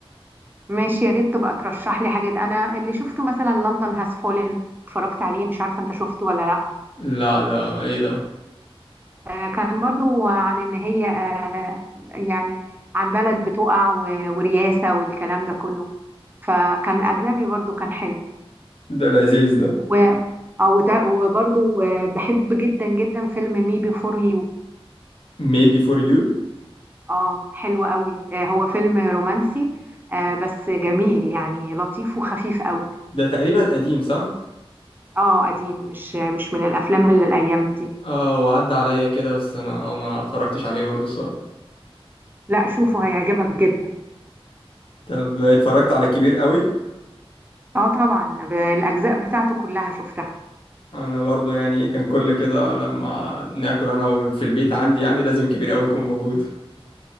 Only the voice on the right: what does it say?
ماشي يا ريت تبقى ترشح لي حاجات انا اللي شفته مثلا لندن هاز فولن اتفرجت عليه مش عارفه انت شفته ولا لا
آه، كان برضو عن ان هي آه، يعني عن بلد بتقع و- ورياسة والكلام ده كله فكان اجنبي برضو كان حلو
و اه وده وبرضو آه، بحب جدا جدا فيلم مي بيفور يو
اه حلو قوي آه، هو فيلم رومانسي آه، بس جميل يعني لطيف وخفيف قوي
اه قديم مش مش من الافلام اللي الايام دي
لا شوفه هيعجبك جدا
اه طبعا ب- الاجزاء بتاعته كلها شفتها